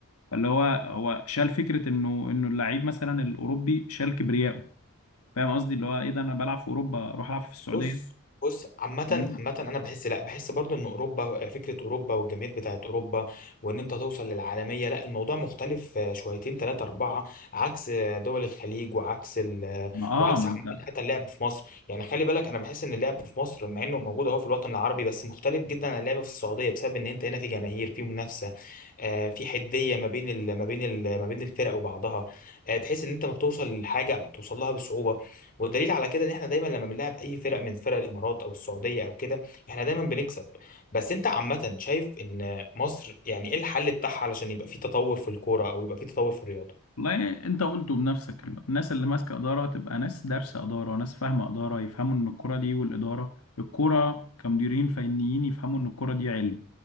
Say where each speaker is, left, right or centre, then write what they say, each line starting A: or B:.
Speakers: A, on the left; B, on the left.
A: فاللي هو هو شال فكرة انه انه اللعيب مثلا الاوروبي شال كبريائه فاهم قصدي اللي هو ايه ده انا بلعب في اوروبا اروح العب في السعودية
B: بص بص عامة
A: فاهمني؟
B: عامة أنا بحس لأ بحس برضو إن أوروبا فكرة أوروبا والجماهير بتاعت أوروبا وإن أنت توصل للعالمية لأ الموضوع مختلف آه، شويتين تلاتة أربعة عكس آه، دول الخليج وعكس ال آه،
A: ما اه
B: وعكس
A: ما
B: عامة
A: انت
B: حتى اللعب في مصر يعني خلي بالك أنا بحس إن اللعب في مصر مع إنه موجود أهو في الوطن العربي بس مختلف جدا عن اللعب في السعودية بسبب إن أنت هنا في جماهير في منافسة آه، في حدية ما بين ال ما بين ال ما بين الفرق وبعضها آه، تحس إن أنت ما بتوصل لحاجة بتوصل لها بصعوبة والدليل على كده ان احنا دايما لما بنلعب اي فرق من فرق الامارات او السعوديه او كده احنا دايما بنكسب بس انت عامه شايف ان مصر يعني ايه الحل بتاعها علشان يبقى في تطور في الكوره او يبقى في تطور في الرياضه
A: والله انت قلته بنفسك الناس اللي ماسكة إدارة تبقى ناس دارسة إدارة ناس فاهمة إدارة يفهموا ان الكرة دي والإدارة الكرة كمديرين فنيين يفهموا ان الكرة دي علم